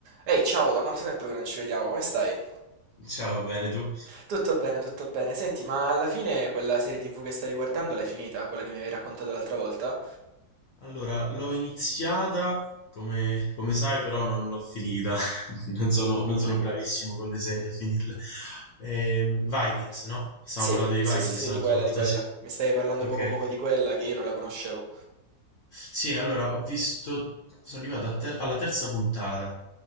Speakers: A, on the right (about 70°); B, on the left (about 65°).
A: Ehi, ciao, da quanto tempo che non ci vediamo? Come stai?
B: Ciao, bene tu?
A: Tutto bene, tutto bene. Senti, ma alla fine quella serie TV che stavi guardando l'hai finita? Quella che mi avevi raccontato l'altra volta?
B: Allora, l'ho iniziata, come, come sai, però non l'ho finita. <laughs> Non sono, non sono bravissimo con le serie a finirle. Ehm, Vikings, no? Stiamo
A: Sì,
B: parlando di
A: sì,
B: Vikings
A: sì, sì,
B: l'altra
A: di quella,
B: volta,
A: di quella.
B: sì.
A: Mi stavi parlando
B: Ok.
A: poco poco di quella che io non la conoscevo.
B: Sì, allora ho visto, sono arrivato a ter- alla terza puntata